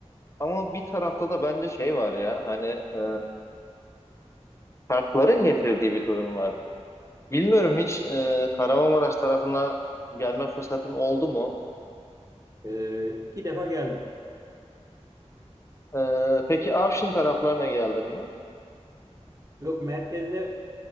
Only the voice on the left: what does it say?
Ama bir tarafta da bence şey var ya hani e, şartların getirdiği bir durum var. Bilmiyorum hiç e, Kahramanmaraş tarafına gelme fırsatın oldu mu?
E, peki Afşin taraflarına geldin mi?